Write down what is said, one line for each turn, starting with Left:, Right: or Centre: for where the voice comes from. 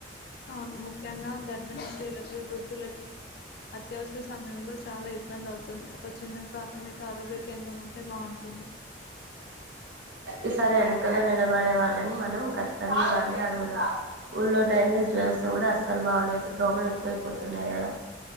Left: అవును ముఖ్యంగా గర్భిణీ స్త్రీలకి వృద్ధులకి అత్యవసర సమయంలో చాలా ఇబ్బంది అవుతుంది. ఒక చిన్న ప్రాథమిక ఆరోగ్య కేంద్రం ఉంటే బావుంటుంది.
Right: ఈసారి ఎన్నికల్లో నిలబడే వాళ్ళని మనం ఖచ్చితంగా ఇవన్నీ అడుగుదాం ఊళ్ళ డ్రైనేజ్ వ్యవస్థ కూడా అస్సలు బాగలేదు దోమలు ఎక్కువైపోతున్నాయి కదా